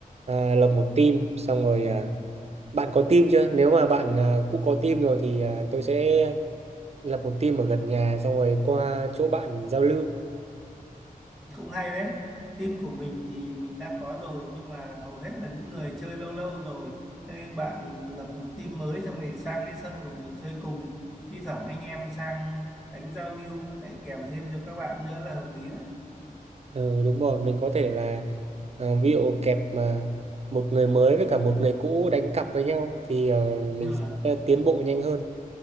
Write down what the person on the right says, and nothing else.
ờ, lập một team xong rồi ờ, bạn có team chưa nếu mà bạn ờ, cũng có team rồi thì ờ, tôi sẽ lập một team ở gần nhà xong rồi qua chỗ bạn giao lưu
ừ, đúng rồi mình có thể là ờ, ví dụ kẹp mà một người mới với cả một người cũ đánh cặp với nhau thì ờ,
mình
sẽ tiến bộ nhanh hơn